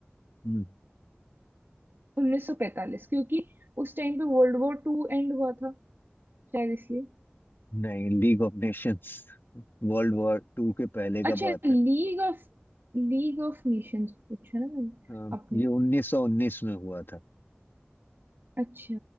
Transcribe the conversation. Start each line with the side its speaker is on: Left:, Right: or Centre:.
Left: हम्म,
Right: 1945 क्योंकि उस टाइम पे वर्ल्ड वॉर टू एंड हुआ था शायद इसलिए
Left: नहीं League of Nations World War Two के पहले का
Right: अच्छा
Left: बात
Right: लीग
Left: है
Right: ऑफ लीग ऑफ नेशंस पूछा ना मैंने
Left: हाँ,
Right: अपने
Left: ये 1919 में हुआ था
Right: अच्छा